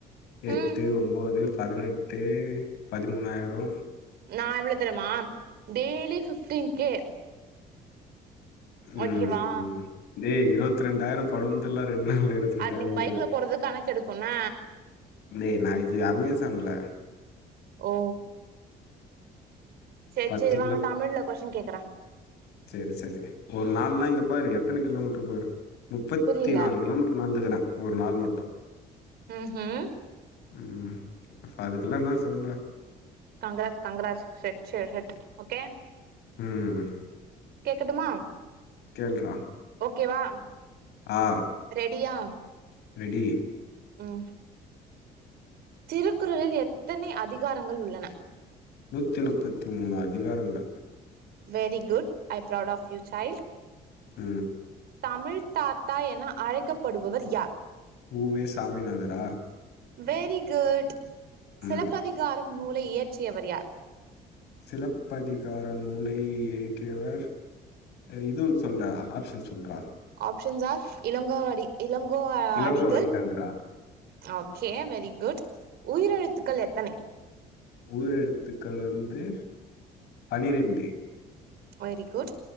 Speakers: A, on the left; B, on the right.
A: எட்டு
B: ம்
A: ஒன்பது பதினெட்டு பதிமூனாயிரோ
B: நா எவ்ளோ தெரிமா டெய்லி ஃபிப்ட்டின் கே
A: ம்
B: ஓகேவா
A: ம் டே இருவத்தி ரெண்டாயிரோ தொடர்ந்துல்லா ரெண்டு நாள் இரு எட்டாயிரோ
B: அது நீங்க
A: போட்டுர
B: பைக்ல போறது கணக்கு எடுக்கும்ன
A: டே நா இது அமேசான்ல
B: ஓ சேர்
A: பத்து
B: சேர் வாங்க தமிழ்ல கொஸின் கேக்குற
A: சேர் சேரி ஒரு நாள்ல்லா இங்க பாரு எத்தன கிலோமீட்டரு பாரு முப்பத்தி
B: புரியல
A: நாலு கிலோமீட்டர் நடந்துக்குற ஒரு நாள் மட்டோ
B: ம் ம்
A: ம் அப்ப அதுக்கெல்லா என்ன சொல்லுவ
B: கங்கராஜ் கங்கராஜ் ரெட் சில்ரட் ஓகே
A: ம் ம்
B: கேக்கட்டும்மா
A: கேள்றா
B: ஓகேவா
A: ஆ
B: ரெடியா
A: ரெடி
B: ம் திருக்குறளில் எத்தனை அதிகாரங்கள் உள்ளன
A: நூத்தி முப்பத்தி மூணு அதிகாரங்கள்
B: very good I proud of you child
A: ம்
B: தமிழ் தாத்தா என அழைக்கப்படுபவர் யார்
A: உ வே சாமினாதரா
B: வெரி குட் சிலப்பதிகாரம்
A: ம்
B: நூலை இயற்றியவர் யார்
A: சிலப்பதிகார நூலை இயற்றியவர் எய் இதுவு சொல்டா ஆப்ஷன் சொல்றா
B: ஆப்ஷன்ஸ் ஆர் இலங்கோவடி இலங் கோ
A: இளங்கோவடிகள்றா
B: அடிகள் ஓகே வெரி குட் உயிரெழுத்துக்கள் எத்தனை
A: ஊயிர் எழுத்துக்கள் வந்து பன்னிரெண்டு
B: வெரி குட்